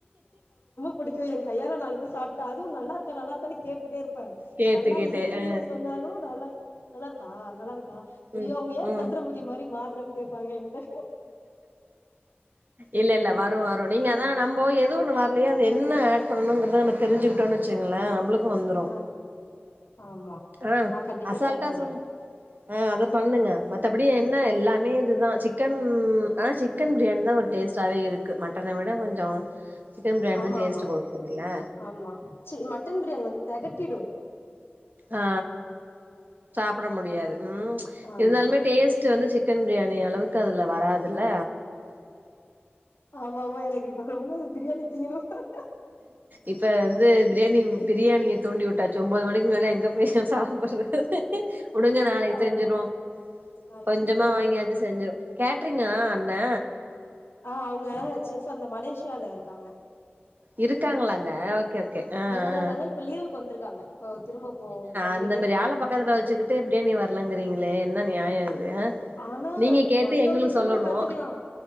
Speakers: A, on the left (about 70°); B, on the right (about 45°).
A: பிடிக்கும் எய கையால நாலு பேர் சாப்ட்டு அதுவும் நல்லாயிருக்க நல்லாயிருக்கான்னு கேட்டுட்டே இரு ப்ப
B: கேட்டுக்கிட்டே
A: நல்லா இருக்குன்னு
B: அ
A: சொன்னாலு நல்லா நல்லா இருக்கா நல்லா இருக்கா ஐயோ
B: ம்
A: அவங்க ஏய
B: ம்
A: சந்ரமுகி மாதிரி மாற்றேன்னு கேட்பாங்க எயகிட்ட
B: இல்ல இல்ல வரு வரு நீங்க தா நம்ம இப்போ எது ஒன்னு வரலையோ அது என்ன ஆட் பண்ணணுங்கிறத நம்ம தெரிஞ்சுட்டோன்னுவச்சுங்கள நம்மளுக்கும் வந்துடும்
A: ஆ ஆமா
B: ஆ
A: நா கண்டிப்பா
B: அசால்ட்டா
A: ட்ரை பண்றே
B: சொல்லு ஆ அத பண்ணுங்க மத்தபடி என்ன எல்லாமே இதுதா சிக்கன் ஆனா சிக்கன் பிரியாணி தா ஒரு டேஸ்ட்டாவே இருக்கு மட்டனை விட கொஞ்ச சிக்கன் பிரியாணி
A: ஆமா
B: தா டேஸ்ட்
A: ஆமா
B: கொடுக்குது தில்ல
A: ஆமா ச மட்டன் பிரியாணி வந்து தகட்டிடு
B: ஆ சாப்ட முடியாது ம்
A: ஆமா
B: இருந்தாலுமே டேஸ்ட் வந்து சிக்கன் பிரியாணி அளவுக்கு அதுல வராதுல்ல
A: ஆமா ஆமா எனக்கு இப்ப ரொம்ப அ பிரியாணி திங்கினுபோல
B: இப்ப வந்து பிரியாணி பிரியாணியை தூண்டி விட்டாச்சு ஒன்பது மணிக்கு மேலே எங்க போயி சாப்டறது உடுங்க நாளைக்கு
A: ஆமா
B: செஞ்சிருவோ
A: நாளைக்கு
B: கொஞ்சமா
A: செஞ்சிட வேண்டியதா
B: வாங்கியாச்சு செஞ்சிடுவோ கேட்டறிங்கா
A: ஆமா
B: அண்ண
A: ஆ அவங்க செப் அந்த மலேசியாவில இருக்காங்க
B: இருக்காங்களாங்க
A: மலேசியா
B: ஓகே ஓகே அ
A: அங்கதா
B: அ
A: இருக்காங்க இப்ப லீவுக்கு வந்திருக்காங்க இப்போ திரும்ப போ ஒன்
B: அந்த
A: வீக்ல
B: மாரி
A: போறாங்க
B: ஆள பக்கத்துல வச்சுகிட்டு பிரியாணி வர்லங்கிறீங்களே என்ன நியா இது ஆ
A: ஆனா
B: நீங்க கேட்டு
A: மத்தவ்ங்கள்ட
B: எங்களுக்கு சொல்லணு
A: கூட கத்துக்கலா